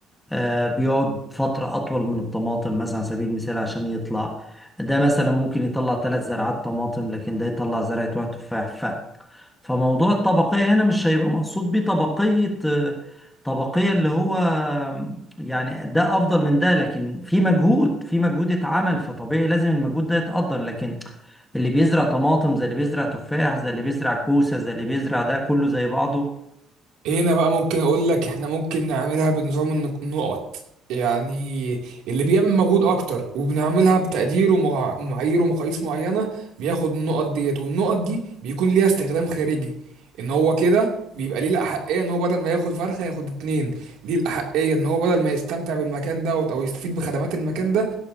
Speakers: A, in the centre; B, on the right.
A: آه، بيقعد فترة أطول من الطماطم مثلا على سبيل المثال عشان يطلع ده مثلا ممكن يطلع ثلاث زرعات طماطم لكن ده يطلع زرعة واحد تفاح ف فموضوع الطبقية هنا مش هيبقى مقصود بيه طبقية آه، طبقية اللي هو آه، يعني ده أفضل من ده لكن في مجهود في مجهود اتعمل فطبيعي لازم المجهود ده يتقدر لكن اللي بيزرع طماطم زي اللي بيزرع تفاح زي اللي بيزرع كوسة زي اللي بيزرع ده كله زي بعضه
B: هنا بقى ممكن اقول لك احنا ممكن نعملها بنظام النق- النقط يعني اللي بيعمل مجهود اكتر وبنعملها بتقدير ومع- ومعايير ومقاييس معينة بياخد النقط ديت والنقط دي بيكون ليها استخدام خارجي ان هو كده بيبقى ليه الاحقية ان هو بدل ما ياخد فرخة ياخد اتنين ليه الاحقية ان هو بدل ما يستمتع بالمكان دوت او يستفيد بخدمات المكان ده